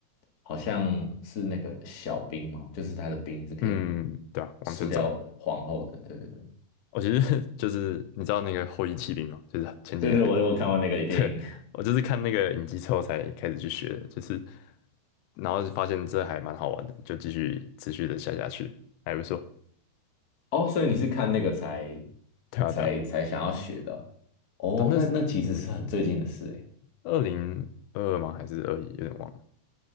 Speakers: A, on the left; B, on the left.
A: 好像是那个小兵嘛，就是他的兵是可以
B: 嗯，对啊，往前走，
A: 吃掉皇后的，对对对，
B: 我、其实 <laughs> 就是你知道那个后翼弃兵嘛，就是前几年很，
A: 对对，我我看过那个电影，
B: <laughs> 对，我就是看那个影集之后才开始去学的，就是然后就发现这还蛮好玩的，就继续持续的下下去，还不错，
A: <laughs> 哦，所以你是看那个才
B: 对啊对啊。
A: 才才想要学的哦，
B: 但那是嗯，
A: 哦那那其实是很最近的事诶。
B: 二零二二吗？还是二一？有点忘了。